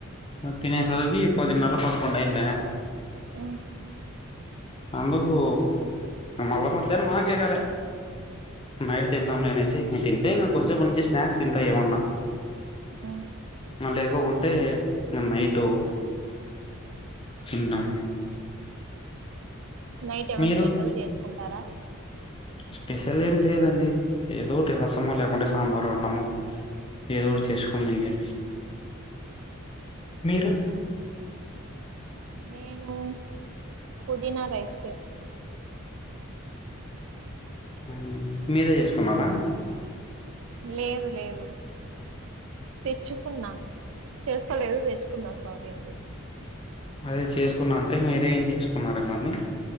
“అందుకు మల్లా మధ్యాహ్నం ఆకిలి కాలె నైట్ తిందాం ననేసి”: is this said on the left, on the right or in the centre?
Left